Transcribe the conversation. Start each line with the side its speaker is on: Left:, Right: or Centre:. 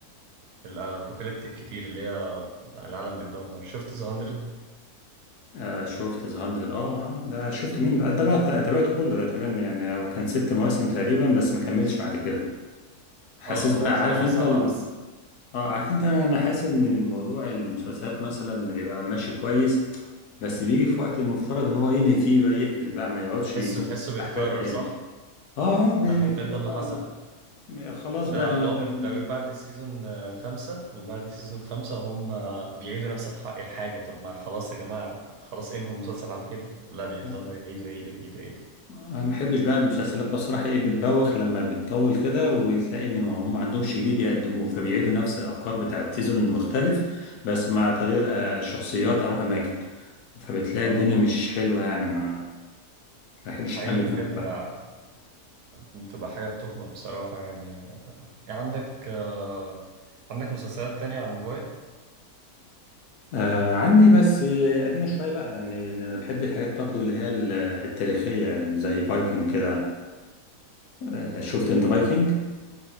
Right: الابوكاليبتيك كتير اللي هي العالم بيتدمر شفت ذا 100
Left: آه شفت ذا 100 اه اه ده شفت منه ده بقى تابعته كله ده تقريبا يعني هو كان ست مواسم تقريبا بس ما كملش بعد كده حاسس
Right: اه
Left: بقى
Right: هو
Left: عارف
Right: هو
Left: انت
Right: سبعة بس
Left: اه عارف انت انا حاسس ان الموضوع المسلسلات مثلا بيبقى ماشي كويس بس بيجي في وقت المفترض ان هو ينهي فيه بقى يقفل بقى ما يقعدش
Right: تحسه
Left: يمك
Right: تحسه بيتكرر
Left: احداث تاني
Right: صح
Left: اه اه بيقرر
Right: ده حرفيا ده اللي
Left: بقى
Right: حصل
Left: لا، م- خلاص
Right: ده
Left: بقى انه
Right: اللي هو من
Left: بي-
Right: ده من بعد السيزون آه، خمسة من بعد السيزون خمسة هم بيعيدوا نفس الح... الحاجة طب ما خلاص يا جماعة خلاص انهوا المسلسل على كده لا بيفضلوا
Left: آه،
Right: يعيدوا يعيدوا يعيدوا يعيدوا
Left: ما بحبش بقى المسلسلات بصراحة ايه بتبوخ لما بتطول كده وتلاقي ان ما هم ما عندهمش جديد يقدموه فبيعيدوا نفس الافكار بتاعت سيزون المختلف بس مع تغيير آه، شخصيات او اماكن فبتلاقي
Right: اه
Left: الدنيا مش حلوة يعني ما ما بحبش
Right: حقيقي
Left: اكمل
Right: بجد
Left: فيه
Right: ده بتبقى حاجة بتخنق بصراحة يعني آه، عندك آه، عندك مسلسلات تانية على الموبايل؟
Left: آه عندي بس قديمة شوية بقى يعني لأن أنا بحب الحاجات برضو اللي هي ال- التاريخية اللي زي فايكنج كده آه شفت أنت فايكنج؟